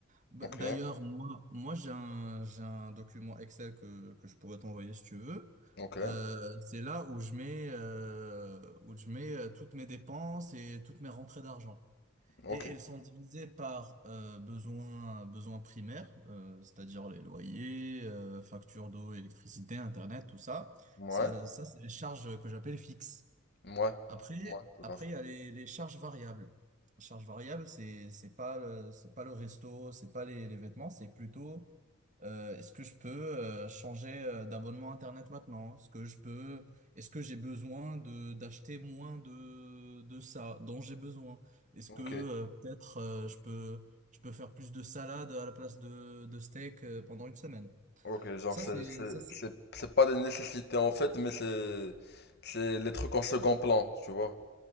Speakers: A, on the right; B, on the left.
A: Bah,
B: Ok,
A: D'ailleurs, moi, moi j'ai un, j'ai un document Excel que, que je pourrais t'envoyer si tu veux.
B: ok,
A: Euh, c'est là où je mets, euh, où je mets euh, toutes mes dépenses et toutes mes rentrées d'argent.
B: ok.
A: Et elles sont divisées par euh, besoins besoins primaires, euh, c'est-à-dire les loyers, euh, factures d'eau, électricité, Internet, tout ça.
B: Ouais,
A: Ça, ça c'est les charges que j'appelle fixes.
B: ouais,
A: Après,
B: ouais, tout
A: après,
B: à fait.
A: il y a les, les charges variables. La charge variable, c'est, c'est pas le, c'est pas le resto, c'est pas les, les vêtements, c'est plutôt euh, est-ce que je peux euh, changer euh, d'abonnement Internet maintenant? Est-ce que je peux, est-ce que j'ai besoin de d'acheter moins de, de ça dont j'ai besoin? Est-ce
B: Ok,
A: que euh, peut-être euh, je peux, je peux faire plus de salade à la place de, de steak euh, pendant une semaine?
B: ok, genre
A: Ça,
B: c'est
A: c'est,
B: c'est-
A: ça, c'est-
B: c'est- c'est pas des nécessités en fait, mais c'est c'est les trucs en second plan, tu vois.